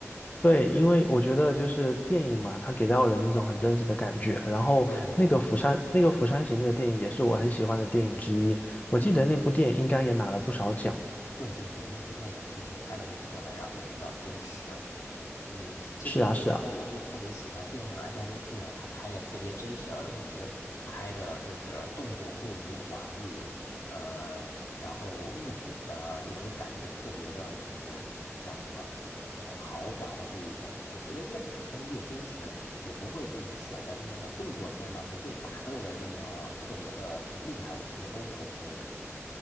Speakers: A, on the left; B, on the left.
A: 对，因为我觉得就是电影嘛，它给到人一种很真实的感觉。然后那个釜山，
B: 对。
A: 那个釜山行那个电影也是我很喜欢的电影之一。我记得那部电影应该也拿了不少奖。
B: 嗯。对对对，那部电影其实拍的不错的，然后比较真实。嗯，其实有的时候我就特别喜欢电影啊、
A: 是啊，是啊，
B: 电视剧啊，它拍的特别真实，而不是拍的就是动作过于华丽，呃，然后物品的你会感觉特别的，就是叫什么，嗯、豪华的这一种。我觉得越普通越真实，也不会就是显得那个动作片嘛，不会打斗的那么特别的厉害，我觉得都是 OK 的。